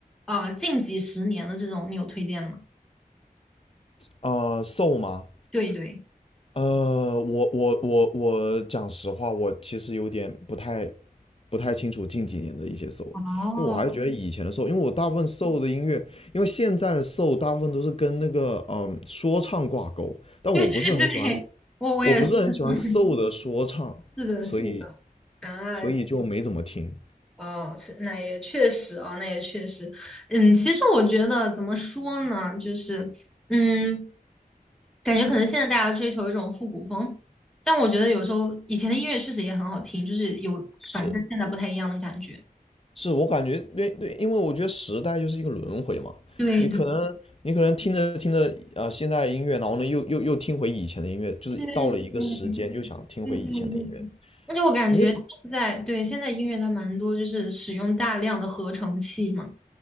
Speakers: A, in the centre; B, on the left.
A: 啊、呃近几十年的这种，你有推荐的吗？
B: 呃，soul 嘛
A: 对对，
B: 呃，我我我我讲实话，我其实有点不太不太清楚近几年的一些 soul，
A: 哦，
B: 因为我还是觉得以前的 soul，因为我大部分 soul 的音乐，因为现在的 soul 大部分都是跟那个嗯说唱挂钩，但我不是很喜欢，
A: <laughs> 对对，我我也是，
B: 我不是很喜欢
A: <laughs>
B: soul 的说唱，
A: 是的，
B: 所以
A: 是的啊，
B: 所以就没怎么听。
A: 哦，是那也确实啊，那也确实，嗯，其实我觉得怎么说呢，就是，嗯，感觉可能现在大家追求一种复古风，但我觉得有时候以前的音乐确实也很好听，就是有反正跟现在不太一样的感觉。
B: 是，是我感觉对对，因为我觉得时代就是一个轮回嘛，
A: 对对对
B: 你可能你可能听着听着啊、呃现在的音乐，然后呢又又又听回以前的音乐，就是到了一个时间又想听回以前的音乐，
A: 对对对对，而且我感觉现在对现在音乐它蛮多，
B: 你
A: 就是使用大量的合成器嘛，